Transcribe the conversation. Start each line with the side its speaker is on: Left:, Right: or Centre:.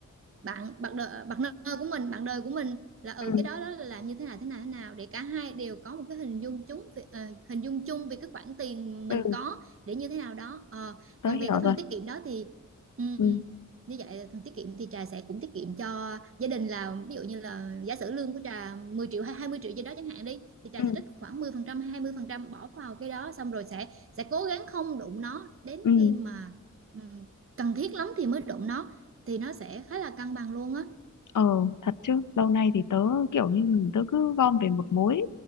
Right: bạn bạn đời bạn nơ của mình bạn đời của mình là ở
Left: ừ,
Right: ừ, cái đó đó là làm như thế nào thế nào thế nào để cả hai đều có một cái hình dung chung về, ờ, hình dung chung về cái khoản tiền mình
Left: ừ,
Right: có để như thế nào đó Ờ,
Left: tớ
Right: còn về
Left: hiểu
Right: cái phần
Left: rồi.
Right: tiết kiệm đó thì ừm,
Left: Ừ,
Right: như vậy phần tiết kiệm thì trà sẽ cũng tiết kiệm cho gia đình là ví dụ như là giả sử lương của trà 10 triệu hay 20 triệu gì đó chẳng hạn đi thì trà
Left: ừ,
Right: sẽ trích khoảng 10% hay 20% bỏ vào cái đó xong rồi sẽ sẽ cố gắng không đụng nó đến
Left: ừ.
Right: khi mà ừm, cần thiết lắm thì mới đụng nó thì nó sẽ khá là cân bằng luôn á
Left: Ờ thật chứ lâu nay thì tớ kiểu như tớ cứ gom về một mối